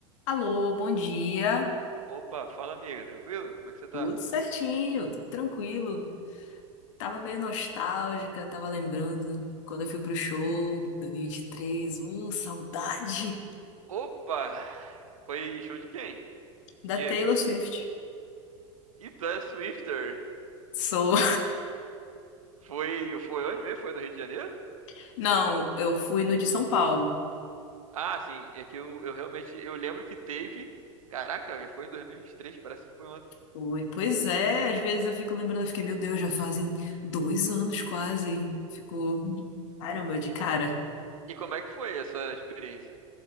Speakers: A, on the left; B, on the right.
A: Alô, bom dia.
B: Opa, fala amiga, tranquilo? Como é que você tá?
A: Tudo certinho, tudo tranquilo. Tava meio nostálgica, tava lembrando quando eu fui pro show 2023. Uh, saudade
B: Opa! Foi show de quem? De
A: da
B: quê?
A: Taylor
B: Não
A: Swift.
B: sei. Ita Swifter.
A: Sou.
B: Foi, foi onde mesmo? Foi no Rio de Janeiro?
A: <laughs> Não, eu fui no de São Paulo.
B: Ah, sim, é que eu, eu realmente, eu lembro que teve, caraca, velho, foi em 2023, parece que foi ontem.
A: Foi. Pois é, às vezes eu fico lembrando, eu fiquei, meu Deus, já fazem dois anos quase. Ficou, caramba, de cara.
B: Pô, e como é que foi essa experiência?